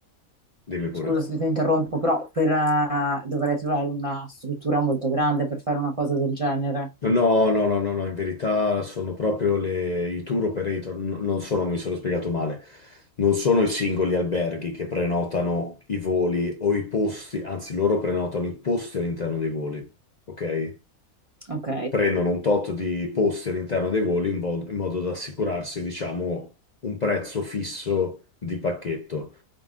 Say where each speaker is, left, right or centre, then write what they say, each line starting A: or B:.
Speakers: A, on the left (about 45°); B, on the right (about 30°).
A: Dimmi pure.
B: scusa se ti interrompo, però per, eh, dovrei trovare una struttura molto grande per fare una cosa del genere.
A: No, no, no, no, no, in verità sono proprio le- i tour operator, n- non sono, mi sono spiegato male, non sono i singoli alberghi che prenotano i voli o i posti, anzi loro prenotano i posti all'interno dei voli, ok?
B: Ok.
A: Prendono un tot di posti all'interno dei voli in, vo- in modo da assicurarsi, diciamo, un prezzo fisso di pacchetto.